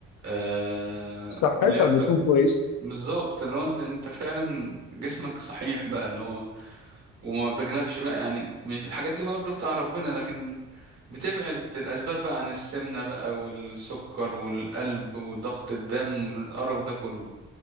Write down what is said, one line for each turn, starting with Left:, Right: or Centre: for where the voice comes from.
Right: آه...
Left: صحتها
Right: لياقتك
Left: بتكون كويسه
Right: بالظبط اللي هو انت انت فعلا جسمك صحيح بقى اللي هو وما بيجيلكش بقى يعني مش الحاجات دي برضه بتاع ربنا لكن بتبعد الأسباب بقى عن السمنة بقى والسكر والقلب وضغط الدم والقرف ده كله